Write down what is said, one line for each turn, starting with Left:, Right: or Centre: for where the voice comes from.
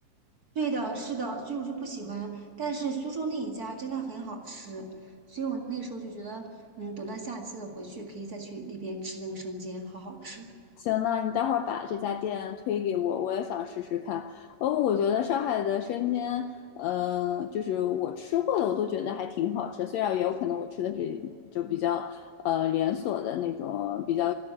Right: 对的，是的，所以我就不喜欢。但是苏州那一家真的很好吃，所以我那时候就觉得，嗯，等到下次回去可以再去那边吃那个生煎，好好吃。
Left: 行，那你待会儿把这家店推给我，我也想试试看。哦，我觉得上海的生煎，呃，就是我吃过的，我都觉得还挺好吃。虽然也有可能我吃的是就比较呃连锁的那种比较